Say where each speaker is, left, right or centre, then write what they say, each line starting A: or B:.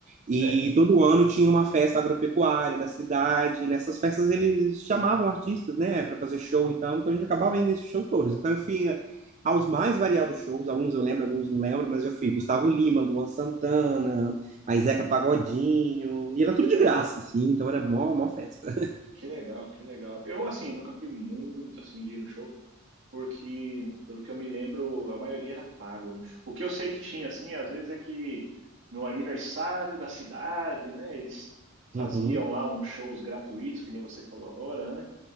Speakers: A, on the right; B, on the right.
A: Sério.
B: E todo ano tinha uma festa agropecuária da cidade. E nessas festas eles chamavam artistas, né, para fazer show, então, então a gente acabava indo nesses shows todos. Então eu fui a- aos mais variados shows, alguns eu lembro, alguns não lembro, mas eu fui Gustavo Lima, Luan Santana, a Zeca Pagodinho, e era tudo
A: Legal.
B: de graça, assim, então era mó, mó festa.
A: Que legal, que legal. Eu, assim, nunca fui muito, assim, de ir no show, porque, pelo que eu me lembro, a maioria era pago, né? O que eu sei que tinha, assim, às vezes é que no aniversário da cidade, né, eles
B: Uhum.
A: faziam lá uns shows gratuitos, que nem você falou agora, né?